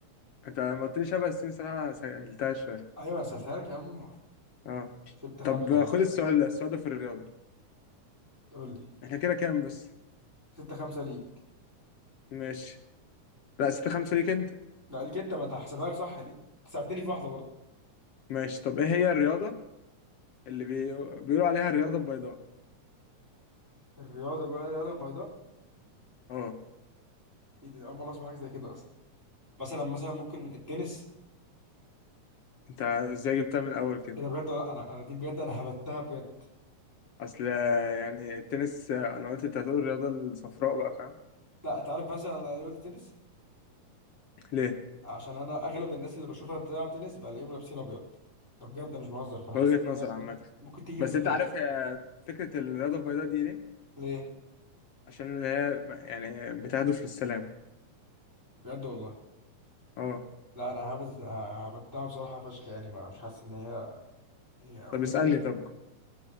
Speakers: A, on the left; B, in the centre.
A: انت لما قلت لي شبه الصين صراحة سهلتها شوية
B: ايوه انا رسلتها لك يا عم
A: اه
B: 6 5
A: طب
B: يا عم
A: خد السؤال ده السؤال ده في الرياضة
B: قول لي
A: احنا كده كام بس
B: 6 5 ليك
A: ماشي لا ستة خمسة ليك انت
B: لا ليك انت ما انت هحسبها لك صح دي ساعدتني في واحده برضه
A: ماشي طب ايه هي الرياضة اللي بي... بيقولوا عليها الرياضة البيضاء
B: الرياضه بقى الرياضه البيضاء
A: اه
B: ايه ده اول مره اسمع حاجه زي كده اصلا مثلا مثلا ممكن التنس
A: انت ازاي جبتها من الاول كده
B: ايه ده بجد ولا لا انا انا دي بجد انا هبتها بجد
A: اصل آه، يعني التنس آه، انا قلت انت هتقول الرياضة الصفراء بقى فاهم
B: لا انت عارف مثلا انا ليه قلت تنس
A: ليه
B: عشان انا اغلب الناس اللي بشوفها بتلعب تنس بلاقيهم لابسين ابيض ده بجد ده مش بهزر فانا
A: وجهة
B: حسيت إنها
A: نظر عامة
B: ممكن ممكن تيجي
A: بس
B: من كده
A: انت عارف آه، فكرة الرياضة البيضاء دي ليه
B: ليه
A: عشان هي يعني بتهدف للسلام
B: بجد والله
A: اه
B: لا انا هبت هبتها بصراحه فشخ يعني ما مش حاسس ان هي هي قلت
A: طب اسألني
B: تاني
A: طب